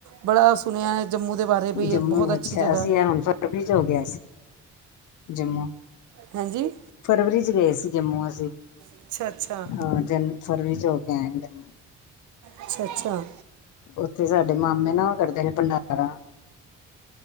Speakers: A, on the right; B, on the left.
A: ਬੜਾ ਸੁਣਿਆ ਹੈ ਜੰਮੂ ਦੇ ਬਾਰੇ ਵੀ
B: ਜੰਮੂ
A: ਇਹ ਬਹੁਤ ਅੱਛੀ
B: ਅੱਛਾ
A: ਜਗ੍ਹਾ
B: ਅਸੀਂ ਇਹ ਹੁਣ ਫਰਵਰੀ ਚ ਹੋ ਕੇ ਆਏ ਸੀ ਜੰਮੂ
A: ਹਾਂਜੀ
B: ਫਰਵਰੀ ਚ ਗਏ ਸੀ ਜੰਮੂ ਅਸੀਂ
A: ਅੱਛਾ ਅੱਛਾ
B: ਹਾਂ ਜਨ ਫਰਵਰੀ ਚ ਹੋ ਕੇ ਆਏ, ਜੰਮੂ
A: ਅੱਛਾ ਅੱਛਾ
B: ਔਥੇ ਸਾਡੇ ਮਾਮੇ ਨਾ ਔਹ ਕਰਦੇ ਨੇ ਭੰਡਾਰਾਂ